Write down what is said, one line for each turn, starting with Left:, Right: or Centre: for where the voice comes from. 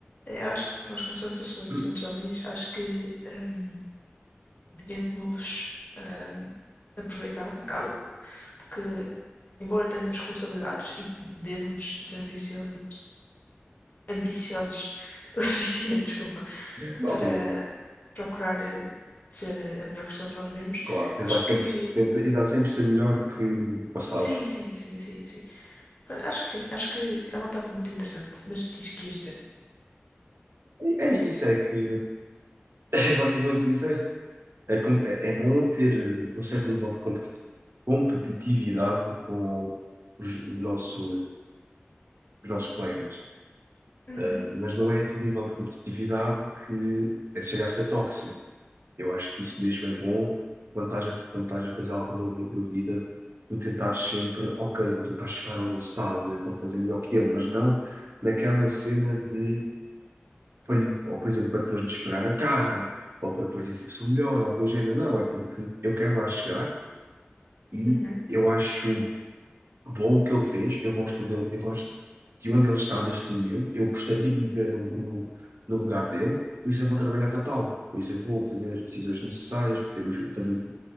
Left: Eh, Eu acho que nós, como somos pessoas
Right: Sim,
Left: bastante jovens, acho que ahm, devemos ahm, aproveitar um bocado, porque, embora tenhamos responsabilidades e devemos ser ambiciosos, ambiciosos <laughs> o suficiente, desculpa,
Right: não
Left: para
Right: há problema.
Left: procurar eh, ser eh, a melhor versão de nós mesmos.
Right: Claro, tentar
Left: Acho
Right: sempre,
Left: que
Right: tentar, tentar sempre ser melhor que o passado.
Left: sim, sim, sim, sim, sim. Pronto, Acho que sim, acho que é uma etapa muito interessante, mas diz que ias dizer.
Right: É isso, é que é basicamente o que disseste. é, com- é é bom ter eh, um certo nível de competi- competitividade com os, os nossos, os nossos colegas,
Left: Uhum,
Right: Eh, mas não é aquele nível de competitividade que é- chega a ser tóxico. Eu acho que isso mesmo é bom quando estás a, quando estás a fazer algo novo na tua vida, tu tentares sempre, ok, vou tentar chegar onde ele está, vou tentar fazer melhor que ele, mas não naquela cena de, para lhe- ou por exemplo, para depois lhe esfregar na cara. Ou para depois dizer que sou melhor, ou algo do género. Não, é porque eu quero lá chegar, E
Left: uhum,
Right: eu acho bom o que ele fez. Eu gosto onde ele, eu gosto de onde ele está neste momento. Eu gostaria de me ver no, no, no lugar dele. Por isso eu vou trabalhar para tal. Por isso eu vou fazer as decisões necessárias, ter os, fazer, os,